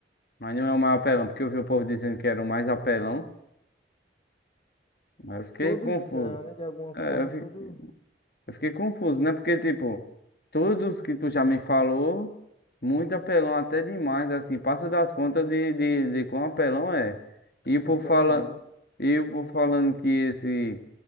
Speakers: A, on the left; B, on the left.
A: Mas não é o mais apelão, porque eu vi o povo dizendo que era o mais apelão. Mas eu fiquei
B: Todos
A: confuso.
B: são, né? De alguma forma,
A: É, eu fi-
B: todo.
A: eu fiquei confuso, né? Porque, tipo, todos que tu já me falou, muito apelão, até demais, assim, passa das contas de, de, de quão apelão é.
B: De
A: E o
B: qual
A: povo
B: apelão
A: fala
B: é, né?
A: e o povo falando que esse